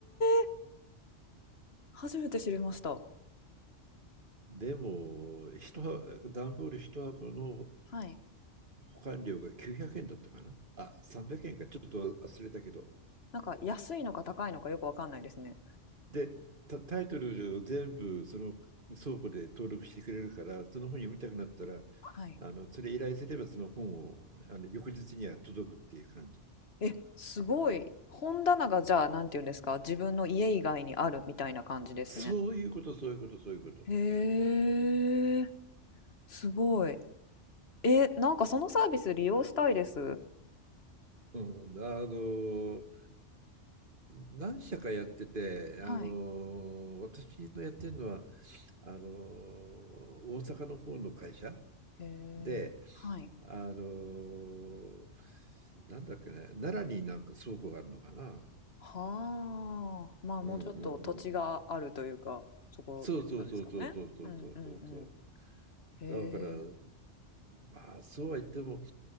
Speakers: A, on the left; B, on the right.
A: え、初めて知りました。
B: でも、一箱段ボール一箱の
A: はい。
B: 保管料が900円だったかな。あ、300円か、ちょっと忘れたけど。
A: なんか安いのか高いのかよくわかんないですね。
B: で、タ、タイトルを全部その倉庫で登録してくれるから、その本読みたくなったら、
A: はい。
B: あのそれ依頼すればその本をあの翌日には届くっていう感じ。
A: え、すごい。本棚がじゃあ、なんて言うんですか、自分の家以外にあるみたいな感じですね。
B: そういうこと、そういうこと、そういうこと。
A: へえ、すごい。え、なんかそのサービス利用したいです。
B: うん、あの何社かやってて、
A: はい。
B: あの私のやってるのはあの大阪の方の会社
A: へえ、
B: で、
A: はい。
B: あのなんだっけね、奈良になんか倉庫があるのかな。
A: はあ、まあもうちょっと土地があるというか、
B: うんうんうん。
A: そころってことですかね。
B: そうそうそうそうそうそうそうそうそう。
A: うんうんうん。へえ。
B: だから、まあそうは言っても